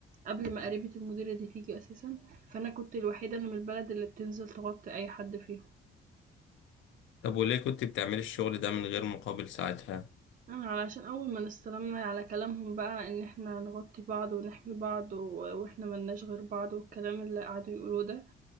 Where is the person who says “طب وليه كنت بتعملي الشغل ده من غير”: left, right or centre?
Left